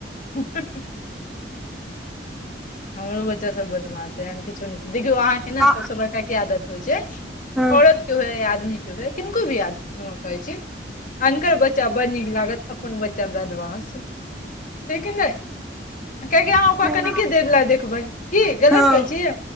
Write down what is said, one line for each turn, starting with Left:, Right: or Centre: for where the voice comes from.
Left: <unintelligible> <unintelligible> हमरो बच्चासभ बदमास छै एहन किछो नहि छै देखियौ अहाँके ने
Centre: आ
Left: सभसँ बड़का की आदत होइ छै
Centre: हँ
Left: त के हो या आदमी के है किनको भी आद कहै छै अनकर बच्चा बड़ नीक लागत अपन बच्चा बदमास छैकिनहि। कियकि अहाँ
Centre: हँ
Left: ओकरा कनीको ला देखबय की गलत
Centre: हँ
Left: कहै छ